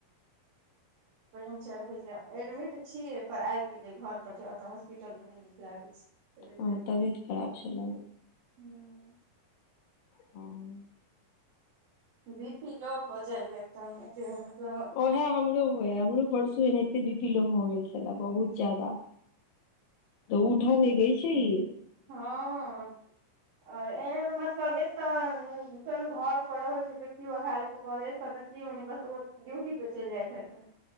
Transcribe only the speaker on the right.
पानि चरहै छै एडमिट छियै पर आबि गेलियै घर पर की ओतय हॉस्पिटलमे नय नीक लागै छै। कहलियै
हुँ।
बी पी लो भ जाइया एकदम मे फर मतलब
हं और एहन मतलब एतय चलू घर पर रहै छै तऽ कियो हेल्प करै एतय तऽ कीयो नैय बस ओ ड्यूटी पर चैल जाय छथिन